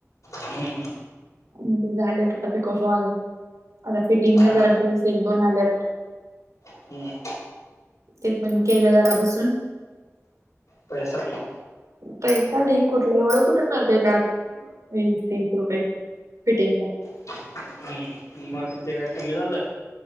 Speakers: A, on the left; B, on the right.
A: हम्म
B: आणि ते झालेत आता पिको फॉल, आता फिटिंगला
A: हा
B: जरा ड्रेस एक दोन आल्यात.
A: हम्म
B: ते पण केल जरा बसून.
A: पैसा ढीग
B: पैसा ढिग कुठल एवढं कुठं मिळतंय त्यात, तीस रुपये फिटिंगला.
A: हम्म, मग ते काय कमी झालं.